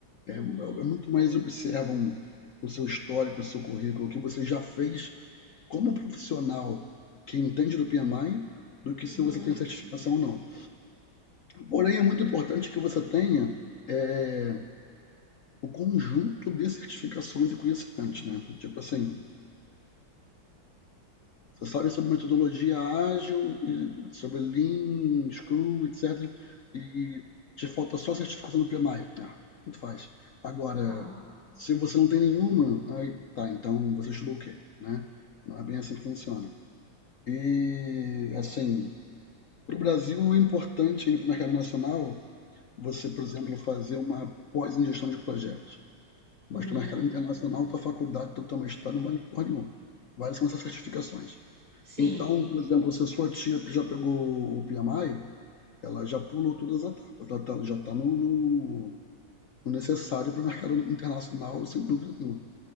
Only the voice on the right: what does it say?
uhum,
uhum,
ah,
uhum,
sim,